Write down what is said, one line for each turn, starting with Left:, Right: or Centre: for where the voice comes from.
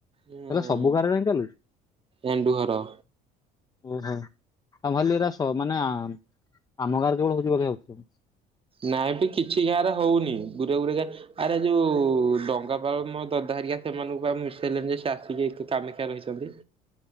Right: ହୁଁ
Left: ଏରା ସବୁ ଗାଁରେ କାଇଁ ଚାଲୁଛି?
Right: ଏଣ୍ଡୁ ହର।
Left: ଓହୋ ଆମେ ଭାବିଲୁ ଏଇରା ସ ମାନେ ଆମ ଗାଁରେ କେବଳ ଭୋଜି ବୋଧେ ହଉଚି।
Right: ନାଇଁବି କିଛି କାହାର ହଉନି ଗୋରେ ଗୋରେକା। ଆରେ ଯୋଉ ଡଙ୍ଗା ପାଳ ମୋ ଦଦା ହେରିକା ସେମାନଙ୍କୁ ଆମେ ମିଶେଇଲେନି ଯେ ସେ ଆସିକି କାମେ କା ରହିଚନ୍ତି।